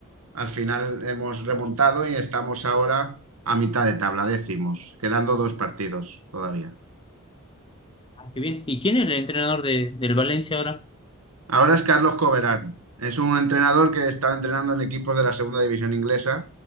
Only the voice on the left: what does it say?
Ah, qué bien. ¿Y quién es el entrenador de, del Valencia ahora?